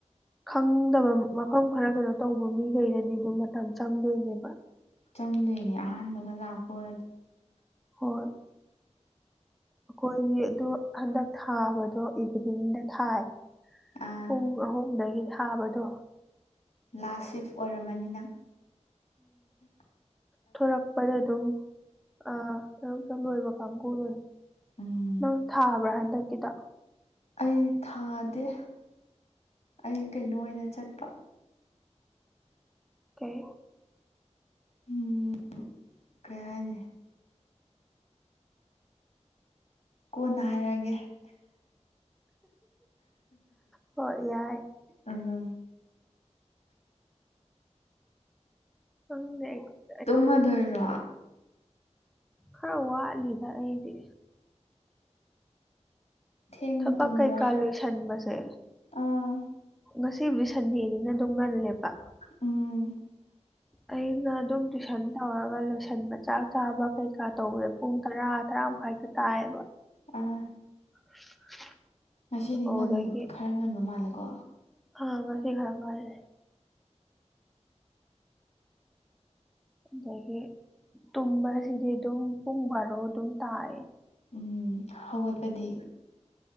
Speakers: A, in the centre; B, on the left.
A: ꯈꯪꯗꯕ ꯃꯐꯝ ꯈꯔ ꯀꯩꯅꯣ ꯇꯧꯕ ꯃꯤꯈꯩꯗꯗꯤ ꯑꯗꯨꯝ ꯃꯇꯝ ꯆꯪꯗꯣꯏꯅꯦꯕ
B: ꯆꯪꯗꯣꯏꯅꯦ ꯑꯍꯥꯟꯕꯒ ꯂꯥꯛꯄ ꯑꯣꯏꯔꯗꯤ
A: ꯍꯣꯏ ꯑꯩꯈꯣꯏꯒꯤ ꯑꯗꯨ ꯍꯟꯗꯛ ꯊꯥꯕꯗꯣ ꯏꯚꯤꯅꯤꯡꯗ ꯊꯥꯏ
B: ꯑꯥ
A: ꯄꯨꯡ ꯑꯍꯨꯝꯗꯒꯤ ꯊꯥꯕꯗꯣ
B: ꯂꯥꯁ ꯁꯤꯐ ꯑꯣꯏꯔꯝꯃꯅꯤ ꯅꯪ ꯎꯝ
A: ꯊꯣꯔꯛꯄꯗ ꯑꯗꯨꯝ ꯑꯥ ꯑꯌꯨꯛꯇ ꯂꯣꯏꯕ ꯀꯥꯡꯕꯨꯅꯤ
B: ꯎꯝ
A: ꯅꯪ ꯊꯥꯕ꯭ꯔꯥ ꯍꯟꯗꯛꯀꯤꯗꯣ
B: ꯑꯩ ꯊꯥꯗꯦ ꯑꯩ ꯀꯩꯅꯣ ꯑꯣꯏꯅ ꯆꯠꯄ
A: ꯀꯩ
B: ꯎꯝ ꯀꯩ ꯍꯥꯏꯅꯤ꯫ ꯀꯣꯟꯅ ꯍꯥꯏꯔꯛꯑꯒꯦ꯫
A: ꯍꯣꯏ ꯌꯥꯏ
B: ꯑꯉꯥꯡ꯫
A: ꯈꯪꯗꯦ ꯑꯩ ꯫
B: ꯇꯨꯝꯃꯗꯣꯏꯔꯣ꯫
A: ꯈꯔ ꯋꯥꯠꯂꯤꯗ ꯑꯩꯗꯤ꯫
B: ꯊꯦꯡꯅ
A: ꯊꯕꯛ
B: ꯇꯨꯝꯕ꯭ꯔꯥ
A: ꯀꯩꯀꯥ ꯂꯣꯏꯁꯥꯟꯕꯁꯦ꯫
B: ꯑꯥ
A: ꯉꯁꯤꯕꯨꯗꯤ ꯁꯟꯗꯦꯅꯤꯅ ꯑꯗꯨꯝ ꯉꯜꯂꯦꯕ
B: ꯎꯝ
A: ꯑꯩꯅ ꯑꯗꯨꯝ ꯇꯨꯏꯁꯟ ꯇꯧꯔꯒ ꯂꯣꯏꯁꯟꯕ ꯆꯥꯛ ꯆꯥꯕ ꯀꯩꯀꯥ ꯇꯧꯕꯗ ꯄꯨꯡ ꯇꯔꯥ ꯇꯔꯥ ꯃꯈꯥꯏꯗ ꯇꯥꯏꯌꯦꯕ꯫
B: ꯑꯥ꯫
A: <inaudible>
B: ꯉꯁꯤꯗꯤ
A: ꯑꯗꯨꯗꯒꯤ
B: ꯉꯟ ꯈꯔ ꯉꯟꯕ ꯃꯥꯜꯂꯦꯀꯣ꯫
A: ꯑꯥ ꯉꯁꯤ ꯈꯔ ꯉꯥꯜꯂꯦ꯫ ꯑꯗꯒꯤ ꯇꯨꯝꯕꯁꯤꯗꯤ ꯑꯗꯨꯝ ꯄꯨꯡ ꯕꯥꯔꯣ ꯑꯗꯨꯝ ꯇꯥꯏꯑꯦ꯫
B: ꯎꯝ ꯍꯧꯒꯠꯄꯗꯤ꯫